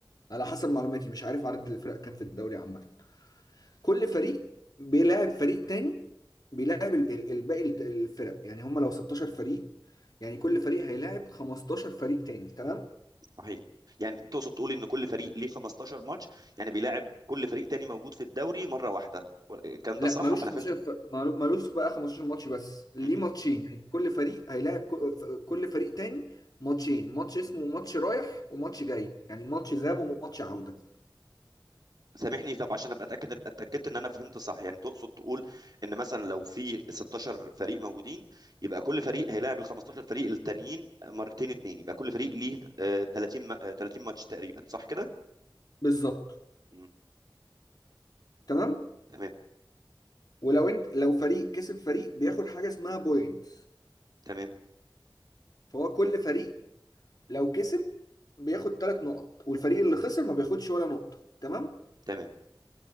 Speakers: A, on the left (about 50°); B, on the right (about 55°).
A: على حسب معلوماتي مش عارف عدد الفرق كام في الدوري عامه كل فريق بيلاعب فريق تاني بيلاعب ال- ال- الباقي الد- الفرق يعني هم لو 16 فريق يعني كل فريق هيلاعب 15 فريق تاني تمام
B: صحيح يعني تقصد تقول ان كل فريق ليه 15 ماتش يعني بيلاعب كل فريق تاني موجود في الدوري مره واحده ولا- الكلام
A: لا
B: ده صح
A: ملوش
B: انا
A: 15
B: فهمت
A: ف... مالو- ملوش بقى 15 ماتش بس ليه
B: م-
A: ماتشين يعني كل فريق هيلاعب ك- ف- كل فريق تاني ماتشين ماتش اسمه ماتش رايح وماتش جاي يعني ماتش ذهاب وماتش عودة
B: سامحني طب عشان ابقى اتاكد اتاكدت ان انا فهمت صح يعني تقصد تقول ان مثلا لو في 16 فريق موجودين يبقى كل فريق هيلاعب ال 15 فريق التانيين مرتين اتنين يبقى كل فريق ليه آه، 30 ما- آه، 30 ماتش تقريبا صح كده؟
A: بالظبط
B: مم.
A: تمام
B: تمام
A: ولو انت لو فريق كسب فريق بياخد حاجة اسمها بوينت
B: تمام
A: فهو كل فريق لو كسب بياخد ثلاث نقط والفريق اللي خسر ما بياخدش ولا نقطة تمام
B: تمام